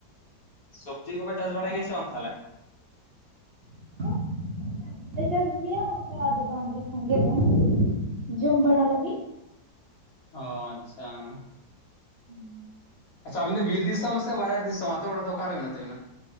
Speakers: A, on the left; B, on the right.
A: ᱥᱚᱵᱽᱡᱤ ᱠᱚᱯᱮ ᱪᱟᱥ ᱵᱟᱲᱟᱭ ᱜᱮᱭᱟ ᱥᱮ ᱵᱟᱝ ᱛᱟᱦᱚᱞᱮ?
B: <inaudible> ᱪᱟᱥ ᱫᱚᱞᱮ ᱪᱟᱥ ᱜᱮᱭᱟ ᱚᱱᱠᱟ ᱫᱚ ᱵᱟᱝᱜᱮ ᱥᱟᱸᱜᱮ ᱫᱚ᱾ ᱡᱚᱢ ᱵᱟᱲᱟ ᱞᱟᱹᱜᱤᱜ᱾
A: ᱚ ᱟᱪᱪᱷᱟ,
B: <inaudible>
A: ᱟᱪᱪᱷᱟ, ᱟᱹᱵᱤᱱ ᱫᱚ ᱵᱤᱨ ᱫᱤᱥᱚᱢ ᱥᱮ, ᱵᱟᱡᱟᱨ ᱫᱤᱥᱚᱢ ᱟᱹᱛᱩ ᱚᱲᱟᱜ ᱫᱚ ᱚᱠᱟ ᱨᱮ ᱢᱮᱱᱟᱜ ᱛᱟᱵᱤᱱᱟ?